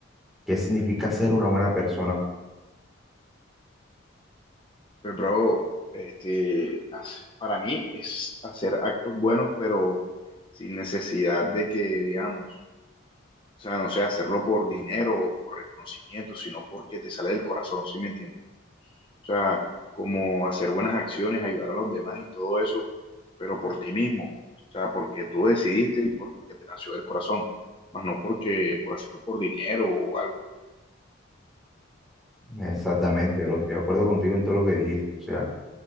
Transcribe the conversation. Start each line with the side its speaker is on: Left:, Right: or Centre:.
Centre: ¿qué significa ser una buena persona?
Left: Pues, bro, este, hace- para mí es hacer actos buenos, pero sin necesidad de que, digamos, o sea, no sé, hacerlo por dinero o por reconocimiento, sino porque te sale del corazón, ¿sí me entiendes? O sea, como hacer buenas acciones, ayudar a los demás y todo eso, pero por ti mismo, o sea, porque tú decidiste y por- porque te nació del corazón, más no porque por hacerlo por dinero o algo.
Centre: Exactamente, bro, estoy de acuerdo contigo en todo lo que dijiste, o sea.